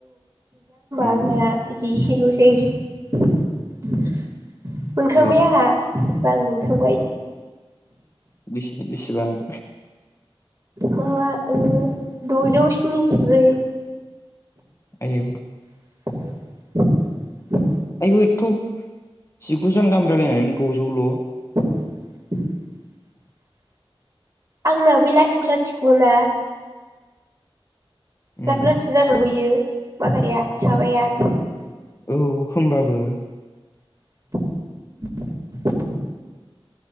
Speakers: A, on the left; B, on the right.
A: उम
B: आंना जि। लसै। मोनखांबाय
A: ए
B: आंहा। रां मोनखांबाय
A: बेसे बेसेबां।
B: माबा ओ दजौ। स्निजिब्रै।
A: आयौ।
B: <unintelligible>
A: आयौ एथ' जिगुजन गाहाम रायलायनानै द'जौल'
B: <unintelligible> आंना बै लाथिख' लाथिख' ना
A: उम
B: <unintelligible> माखासेया साबाया
A: औ होमबाबो
B: <unintelligible>